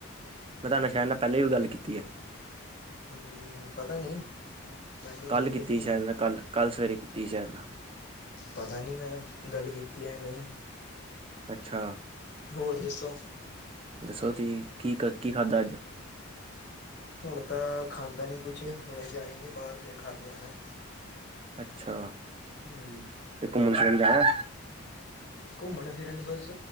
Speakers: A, on the right; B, on the left.
A: ਮੈਂ ਤੁਹਾਨੂੰ ਸ਼ਹਿਲ ਨਾਲ ਪਹਿਲੇ ਵੀ ਗੱਲ ਕੀਤੀ ਹੈ
B: ਹਮ ਪਤਾ ਨਹੀਂ ਮੈਨੂੰ
A: ਕੱਲ
B: ਨੌਲੇਜ
A: ਕੀਤੀ ਸੇਅਰ
B: ਹੈਗੀ
A: ਮੈਂ ਕੱਲ, ਕੱਲ ਸਵੇਰੇ ਕੀਤੀ ਸੇਅਰ ਮੈਂ
B: ਪਤਾ ਨਹੀਂ ਮੈਂ ਗੱਲ ਕੀਤੀ ਹੈ ਨਹੀਂ
A: ਅੱਛਾ
B: ਹੋਰ ਦੱਸੋ
A: ਦੱਸੋ ਤੁਸੀਂ ਕੀ ਕੀ ਖਾਧਾ ਅੱਜ
B: ਹੁਣ ਤਾਂ ਖਾਂਦਾ ਨੀ ਕੁਛ ਹੁਣੇ ਜਾਏਗੇ ਬਾਹਰ ਫਿਰ ਖਾ ਕੇ ਆਣਾ
A: ਅੱਛਾ
B: ਹਮ
A: ਤੇ ਘੁੰਮਣ ਫਿਰਨ ਜਾਣਾ
B: ਘੁੰਮਣ ਫਿਰਨ ਬਸ